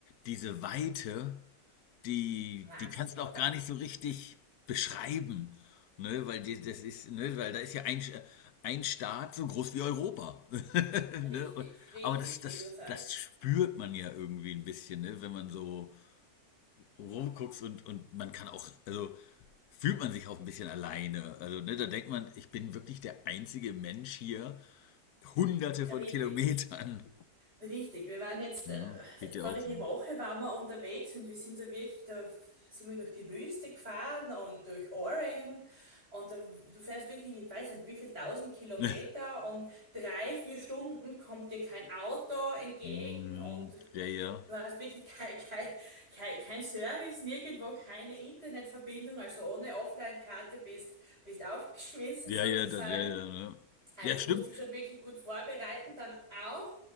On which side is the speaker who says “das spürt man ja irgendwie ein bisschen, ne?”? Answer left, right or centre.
Left